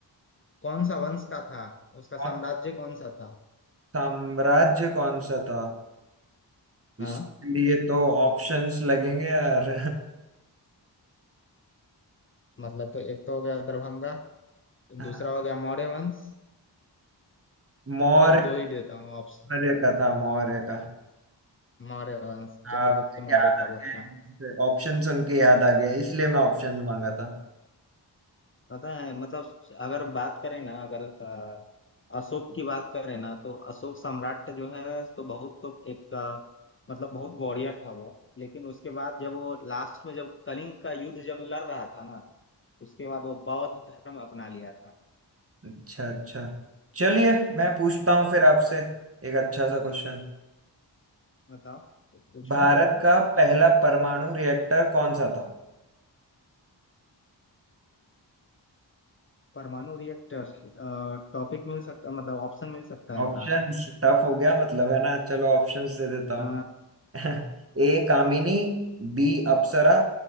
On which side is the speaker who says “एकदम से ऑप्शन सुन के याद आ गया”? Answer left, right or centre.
Right